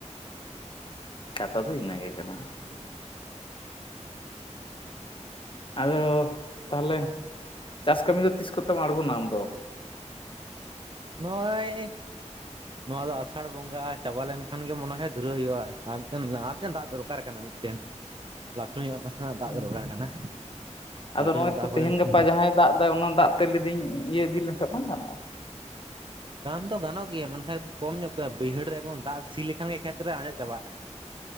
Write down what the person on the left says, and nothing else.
ᱠᱟᱛᱷᱟ ᱫᱚ ᱤᱱᱟ. ᱜᱮ ᱠᱟᱱᱟ
ᱟᱫᱚ ᱛᱟᱦᱚᱞᱮ ᱪᱟᱥ ᱠᱟᱹᱢᱤ ᱫᱚ ᱛᱤᱥ ᱠᱚᱛᱮᱢ ᱟᱬᱜᱚᱱᱟ ᱟᱢ ᱫᱚ
ᱦᱩᱸ
ᱟᱫᱚ
ᱱᱚᱜᱼᱚᱭ
ᱛᱚ
ᱛᱮᱦᱮᱧ
ᱜᱟᱯᱟ ᱡᱟᱦᱟᱸᱭ ᱫᱟᱜ ᱫᱟᱭ, ᱚᱱᱟ ᱫᱟᱜ ᱛᱚ ᱞᱟᱹᱭᱫᱤᱧ ᱤᱭᱟᱹ ᱤᱫᱤ ᱞᱮᱠᱷᱟᱱ ᱵᱟᱝ ᱜᱟᱱᱚᱜ᱾